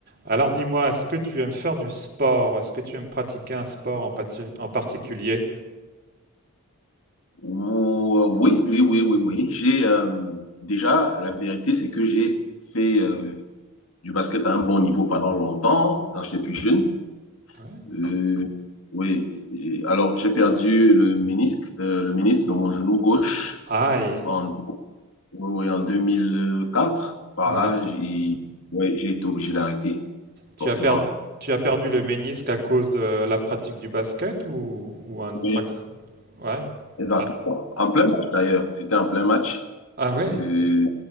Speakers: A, on the right (about 45°); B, on the left (about 65°).
A: Alors dis-moi, est-ce que tu aimes faire du sport? Est-ce que tu aimes pratiquer un sport en, pati- en particulier?
B: Ou- euh, oui, oui, oui, oui, oui. J'ai euh, déjà, la vérité, c'est que j'ai fait euh, du basket à un bon niveau pendant longtemps, quand j'étais plus jeune.
A: Ouais.
B: Euh, oui. Et alors, j'ai perdu le ménisque, euh, le ménisque de mon genou gauche
A: Aïe,
B: en, oui, oui, en 2004. Par
A: ouais.
B: là, j'ai oui, j'ai été obligé d'arrêter,
A: Tu
B: forcément.
A: as per- tu as perdu le ménisque à cause de la pratique du basket ou, ou un autre
B: Oui,
A: accident? Ouais.
B: exactement.
A: Ah,
B: En plein match, d'ailleurs. C'était en plein match.
A: ah ouais,
B: Euh,